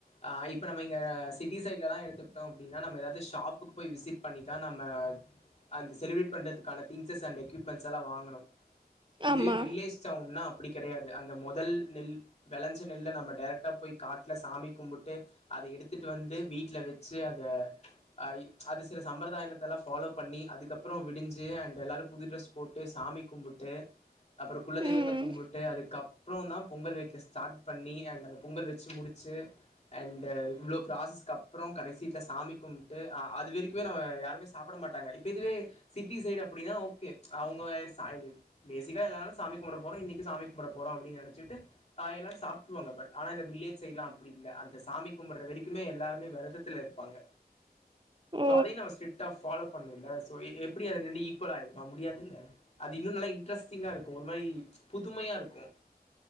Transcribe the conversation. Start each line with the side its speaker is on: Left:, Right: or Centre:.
Left: ஆ இப்ப நம்ம இங்க சிட்டி சைட்லலாம் எடுத்துக்கிட்டோ அப்டின்னா நம்ம ஏதாவது ஷாப்புக்கு போய் விசிட் பண்ணிதா நம்ம அந்த செலிப்ரேட் பண்ணறதுக்கான திங்க்ஸஸ் அண்ட் எக்யூப்மெண்ட்ஸ்லா வாங்கணு இதே
Right: ஆமா
Left: வில்லேஜ் டவுன்னா அப்டி கெடையாத் து அந்த மொதல் நெல் வெளஞ்ச நெல்ல நம்ம டேரைக்டா போய் காட்ல சாமி கும்புட்டு அத எடுத்துட்டு வந்து வீட்ல வச்சு அதை அ அது சில சம்பிரதாயத்தலா ஃபாலோ பண்ணி அதுக்கப்புறம் விடிஞ்சு அண்ட் எல்லாரும் புது ட்ரெஸ் போட்டு சாமி கும்புட்டு அப்பறம் குலதெய்வத்த
Right: ம்
Left: கும்புட்டு அதுக் அப்றம்தா பொங்கல் வைக்க ஸ்டார்ட் பண்ணி அண்ட் அந்த பொங்கல் வச்சு முடிச்ச அண்டு இவ்ளோ ப்ராசஸ்க்கு அப்பறம் கடைசில சாமி கும்ட்டு அ அதுவரைக்குமே நம்ம யாருமே சாப்ட மாட்டாங்க இப்ப இதுவே சிட்டி சைடு அப்படினா ஓகே அவுங்க சாய் பேசிக்கா எல்லாரும் சாமி கும்புட போறோம் இன்னைக்கும் சாமிக் கும்புட போறோ அப்டின்னு நெனைச்சிட்டு ஆ எல்லாரும் சாப்ட்ருவாங்க பட் ஆனா இந்த வில்லேஜ் சைட்லா அப்டி இல்ல அந்த சாமி கும்புட்ற வரைக்குமே எல்லாருமே வெரதத்துல இருப்பாங்க
Right: ஓ
Left: சோ அதையு நம்ம ஸ்ட்ரிக்ட்டா ஃபாலோ பண்ணில்ல சோ எப்புடி அது ரெண்டும் ஈக்வலாயிருக்கும் முடியாதுல்ல அது இன்னு நல்ல இன்ட்ரஸ்டிங்கா இருக்கும் ஒரு மாரி புதுமையா இருக்கு க